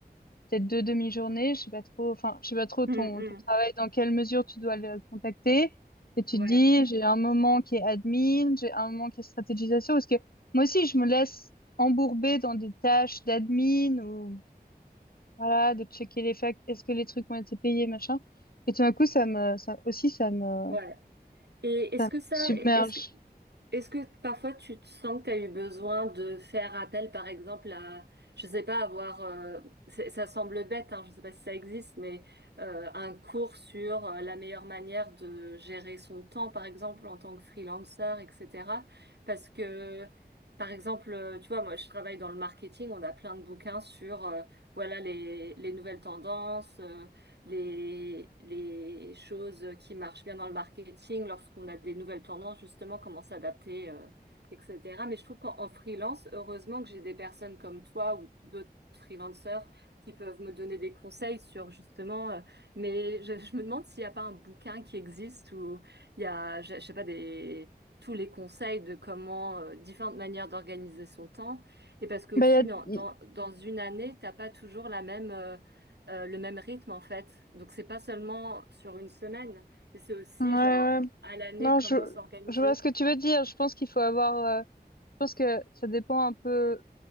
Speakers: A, on the left; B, on the right.
A: peut-être deux demi-journées, je sais pas trop, enfin, je sais pas trop ton,
B: Hmm, hmm.
A: ton travail, dans quelle mesure tu dois le contacter. Et tu
B: ouais
A: te dis, j'ai un moment qui est admin, j'ai un moment qui est stratégisation, parce que moi aussi, je me laisse embourber dans des tâches d'admin ou, voilà, de checker les factures, est-ce que les trucs ont été payés, machin. Et tout d'un coup, ça me, ça aussi, ça me,
B: ouais et est-ce
A: ça me
B: que ça
A: submerge.
B: est-ce Est-ce que parfois tu te sens que tu as eu besoin de faire appel, par exemple, à, je sais pas, avoir, euh, c'est- ça semble bête, hein, je sais pas si ça existe, mais euh, un cours sur euh, la meilleure manière de gérer son temps, par exemple, en tant que freelancer, etc. Parce que, par exemple, euh, tu vois, moi, je travaille dans le marketing, on a plein de bouquins sur, euh, voilà, les, les nouvelles tendances. euh, les, les choses qui marchent bien dans le marketing, lorsqu'on a des nouvelles tendances, justement, comment s'adapter, euh, etc. Mais je trouve qu'en freelance, heureusement que j'ai des personnes comme toi ou d'autres freelanceurs qui peuvent me donner des conseils sur justement, euh, mais je, je me demande s'il n'y a pas un bouquin qui existe où il y a, je, je sais pas, des, tous les conseils de comment, euh, différentes manières d'organiser son temps. Et parce que
A: Bah,
B: aussi,
A: y a-
B: dans,
A: y-
B: dans, dans une année, t'as pas toujours la même... euh, euh, le même rythme en fait. Donc c'est pas seulement sur une semaine, mais c'est aussi
A: ouais, ouais.
B: genre à l'année
A: Non,
B: comment
A: je,
B: s'organiser.
A: je vois ce que tu veux dire. Je pense qu'il faut avoir, euh, je pense que ça dépend un peu